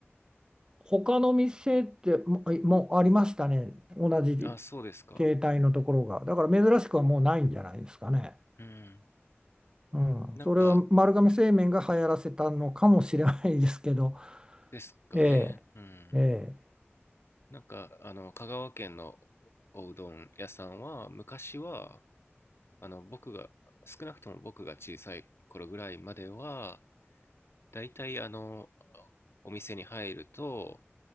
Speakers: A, on the right; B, on the left.
A: 他の店っても、もうありましたね。同じ
B: あ、そうですか。
A: 携帯のところが。だから珍しくはもうないんじゃないですかね。
B: うん。
A: うん。
B: なんか、
A: それは丸亀製麺が流行らせたのかもしれないですけど。
B: ですかね。
A: ええ。
B: うん。
A: ええ。
B: なんか、あの、香川県のおうどん屋さんは、昔は、あの、僕が、少なくとも僕が小さい頃ぐらいまでは、大体あの、お店に入ると、